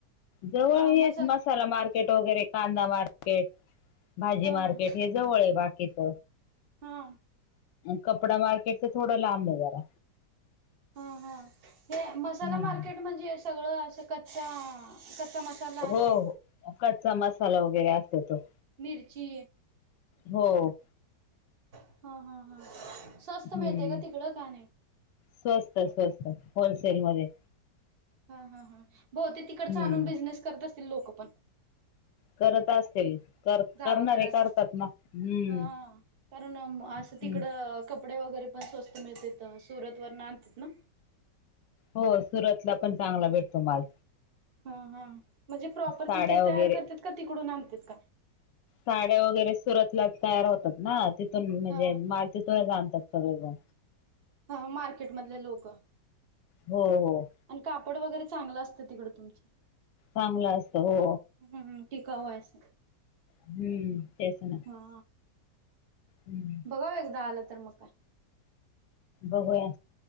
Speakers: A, on the left; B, on the right.
A: जवळ
B: हा
A: हे
B: मसाल
A: मसाला मार्केट. मार्केट वगैरे कांदा मार्केट भाजी
B: हा
A: मार्केट हे जवळ आहे बाकीच.
B: हा
A: कपडा मार्केट तर थोडं लांब आहे जरा
B: हा हा हे मसाला
A: हम्म.
B: मार्केट म्हणजे सगळं असं कच्चा मसाला
A: हो
B: ते
A: हो कच्चा मसाला वगैरे असतो तो.
B: मिरची
A: हो हो
B: हा हा हा स्वस्त
A: हम्म
B: मिळते का तिकडं का नाही
A: स्वस्त स्वस्त होलसेल मध्ये.
B: हा हा हा हो बहुतेक तिकडचं
A: हम्म.
B: आणुन बिझनेस करत असतील लोक पण,
A: करत असतील. कर
B: गावाकड
A: करणारे
B: असं
A: करतात ना. हम्म
B: हा कारण असं
A: हम्
B: तिकडं कपडे वगैरे पण स्वस्त मिळते सुरत वरन अणतात ना.
A: हो सुरतला पण चांगला भेटतो माल.
B: हा हा म्हणजे प्रॉपर
A: साड्या
B: तिथंच तयार
A: वगैरे
B: करतात का तिकडून आणतात.
A: साड्या वगैरे सुरतला तयार होतात ना, तिथून म्हणजे
B: हा
A: माल तिथून आणतात सगळेण.
B: हा मार्केटमधले लोक
A: हो हो
B: आणि कापड वगैरे चांगलं असतं तिकडं तुमचं
A: चांगलं असतं हो.
B: हम्म हम्म टिकाऊ असतं.
A: हम्म तेस ना
B: हा
A: हम्म
B: बघाव एकदा आलं तर मग काय.
A: बघूया.